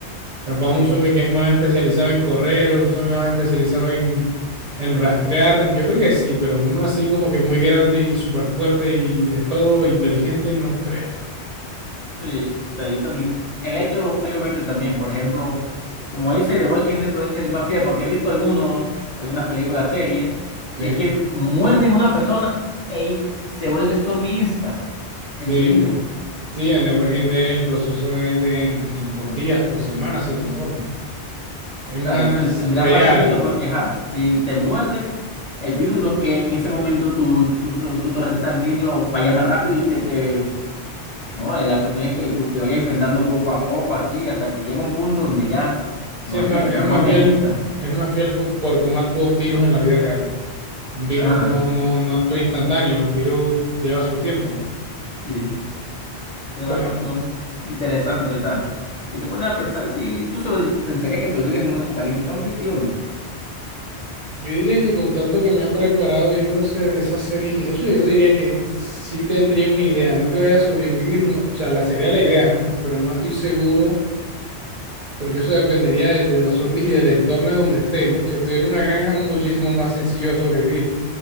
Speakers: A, on the right; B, on the left.
A: Capaz
B: sí,
A: un zombie
B: sí.
A: que es más especializado en correr o un zombie más especializado en, en rastrear, yo creo que sí, pero uno así como que muy grande y súper fuerte y de todo, inteligente, no creo.
B: sí. O sea, yo también, el hecho, hay un hecho también, por ejemplo, como dice The Walking Dead puede ser más fiel, porque he visto algunos, algunas películas, series,
A: Sí,
B: y es que muerden a una persona y se vuelve zombie insta
A: sí,
B: enseguida.
A: sí, en The Walking Dead el proceso es de, en- en- por días, por semanas se transforma. Es más
B: O sea, eso tendrá
A: real
B: más sentido porque, ja, si te muerde el virus, no que en ese momento tu, tu, tu torrente sanguíneo vaya más rápido y se te No, eh, la cuestión es que tú te vayas enfrentando poco a poco, así, hasta que llega un punto donde ya,
A: Sí,
B: no
A: es
B: es
A: más,
B: que te
A: es
B: transformes
A: más fiel,
B: en Insta.
A: es más fiel co- por cómo actúa un virus en la vida real. Un virus
B: Ajá,
A: no, no, no actúa instantáneo, el virus lleva su tiempo.
B: sí, esa
A: Bueno,
B: es la cuestión interesante. O sea, si te pones a pensar, si tú sobre- pensarías que sobrevives en un apocalipsis zombie, sí o no.
A: yo diría que con tanto que me ha preparado viéndose esas series y eso, yo diría que sí tendría una idea, no que vaya a sobrevivir, no, o sea, la sería la idea, ¿no? Pero no estoy seguro, porque eso dependería del- de, los zombies y del entorno de donde esté, ¿no? Si estoy en una granja, muchísimo más sencillo sobrevivir.